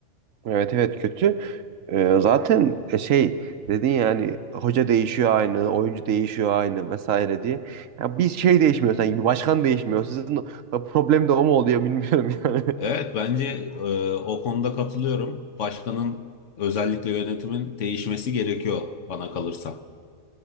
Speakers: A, on the right (about 75°); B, on the left (about 65°).
A: Evet evet kötü. Ee, zaten e, şey dedin yani hoca değişiyor aynı, oyuncu değişiyor aynı vesaire diye. Ya bir şey değişmiyor sanki, bir başkan değişmiyor. Sizin problem de o mu oluyor bilmiyorum <laughs> yani.
B: Evet bence e, o konuda katılıyorum. Başkanın özellikle yönetimin değişmesi gerekiyor bana kalırsa.